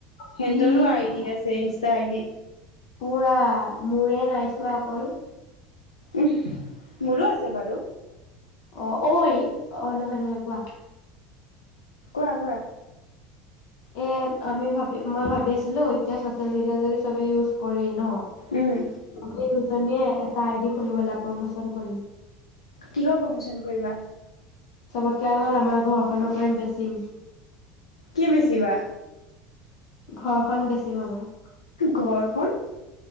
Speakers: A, on the left; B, on the left.
A: ই
B: সেহতৰো আইডি আছে ইনষ্টা আইডি।
A: পুৰা মোৰে নাইচোৱা অকল।
B: উম, মোৰো আছে বাৰু।
A: অ ঐ অ নহয় নহয় কোৱা।
B: কোৱা -কোৱা।
A: এ', আমি ভাবি, মই ভাবি আছিলোঁ এতিয়া চচিয়েল- মিডিয়া যদি চবে ইউজ, কৰেই ন',
B: উম,
A: আমি দুজনীয়ে, এটা আইডি খুলো বলা, প্ৰমোচন কৰিম।
B: কিহৰ প্ৰমোচন কৰিবা?
A: চবতকে আগত আমাৰ ঘৰ, - বন্ধ কৰিম বেচিম।
B: কি বেচিবা?
A: ঘৰখন বেছিম আমাৰ।
B: ঘৰখন?